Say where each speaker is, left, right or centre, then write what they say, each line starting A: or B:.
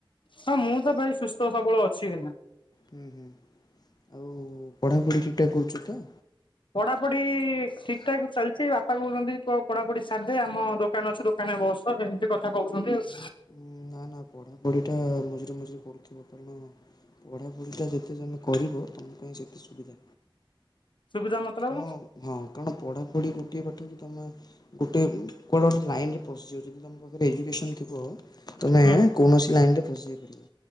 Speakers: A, on the left; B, on the left.
A: ହଁ ମୁଁ ତ ଭାଇ ସୁସ୍ଥ ସବଳ ଅଛି କି ନା।
B: ହୁଁ ହୁଁ ଆଉ ପଢ଼ାପଢ଼ି ଠିକଠାକ୍ କରୁଛ ତ?
A: ପଢାପଢି ଠିକ ଠାକ ଚାଲିଚି, ବାପା କହୁଛନ୍ତି ତୁ ଆଉ ପଢାପଢି ସାରିଦେ, ଆମ ଦୋକାନ ଅଛି ଦୋକାନ କନରେ ବସ ଏମିତି କଥା କହୁଛନ୍ତି ଆଉ।
B: ନା ନା ପଢ଼ାପଢ଼ିଟା ମଝିରେ ମଝିରେ କରୁଥିବ କାରଣ ପଢ଼ାପଢ଼ିଟା ଯେତେ ତମେ କରିବ ତୁମେ ପାଇଁ ସେତେ ସୁବିଧା।
A: ସୁବିଧା ମତଲବ
B: କାରଣ ହଁ କାରଣ ପଢା ପଢ଼ି ଗୋଟିଏ ପାଠକୁ କି ତୁମେ ଗୋଟେ କୁଆଡେ ଗୋଟେ ଲାଇନ ରେ ପଶିଯାଉଚ, ଯଦି ତୁମ ପାଖରେ ଏଜୁକେସନ୍ ଥିବ ତମେ
A: ହୁଁ
B: କୌଣସି ଲାଇନରେ ପଶିଯାଇ ପାରିବ।